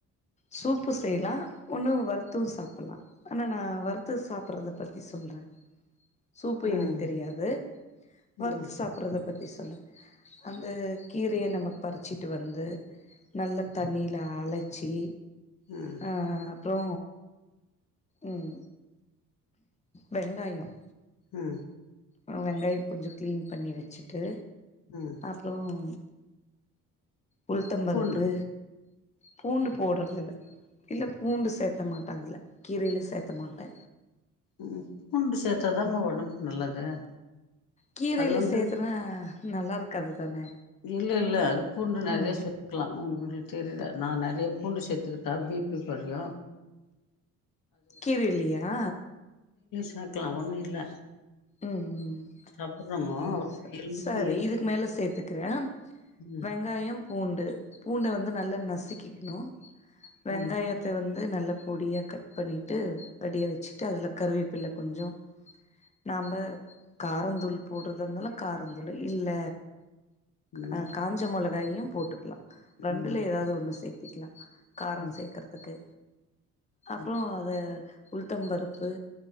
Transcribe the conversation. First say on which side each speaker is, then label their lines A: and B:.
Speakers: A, on the left (about 20°); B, on the left (about 70°).
A: சூப்பு செய்லாம் உணவு வர் து சாப் பலாம் ஆனா நா வர் த்து சாப்றத பத்தி சொல்றே சூப்பு
B: ம்
A: எனக்கு தெரியாது வறுத்து
B: ம்
A: சாப்றது பத்தி சொல்றே அந்த கீரைய நம்ப பறிச்சிட்டு வந்து நல்லா தண்ணியில அலச்சி
B: ம்
A: அஹ் அப் ப்றோ உம் வெங்காயம்
B: உம்
A: அ வெங்காயோ கொஞ்ஜோ க்ளீன் பண்ணி வெச்சுட்டு
B: ம்
A: அப்றோம் உள்தம்பருப்பு
B: பூண்டு
A: பூண்டு போட்றதில்ல இல்ல பூண்டு சேத்த மாட்டே அதுல கீரையில சேத்த மாட்டே
B: ம் பூண்டு சேத்தாதாம்மா ஒடம்புக்கு நல்லது
A: கீரையில
B: அது வந்து
A: சேத்துனா நல்லாருக்காதுதான
B: இல்ல இல்ல அது பூண்டு நெறைய
A: உம்
B: சேத்துக்கலா உங்களுக்கு தெரில நா நெறைய பூண்டு சேத்துக்கிட்டா பி பி கொறயு
A: கீரைலியா
B: னுக்லா ஒன்னு இல்ல
A: உம் உம் உம்
B: சாப்புட்றோமோ
A: செரி செ
B: எலும்புக்கு
A: சரி
B: எல்
A: இதுக் மேல சேத் த்துக்றேம்
B: ம்
A: வெங்காயம் பூண்டு பூண்ட வந்து நல்லா நசிக்கிக்ணு வெங்காயத்தை
B: ம்
A: வந் து நல்ல பொடியா கட் பண்ணிட்டு ரெடியா வெச்சுட்டு அதில கருவேப்பில்ல கொஞ்சோ நாம்ப காரந்தூள் போட்றதாருந்தாலு காரந்தூளு இல்ல
B: நல்லது
A: அ காஞ்ச மொள கையும் போட்டுக்லா ரண்டுல
B: ம்
A: எதாவ்து ஒண்ணு சே த்திக்லா காரோ
B: ம்
A: சேக்கறதுக்கு அப்புறோ
B: ம்
A: அத உள்த்தம்பருப்பு